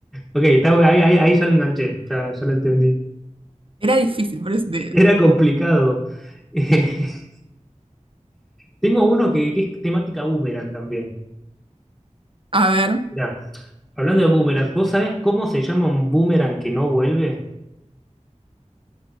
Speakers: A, in the centre; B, on the right (about 45°).
A: Ok, está, bu- ahí, ahí, ahí ya lo enganché, ya, ya lo entendí.
B: Era difícil, por eso te digo.
A: Era complicado. <laughs> Tengo uno que, que es temática boomerang también.
B: A ver,
A: Mirá, Hablando de boomerangs, ¿vos sabés cómo se llama un boomerang que no vuelve?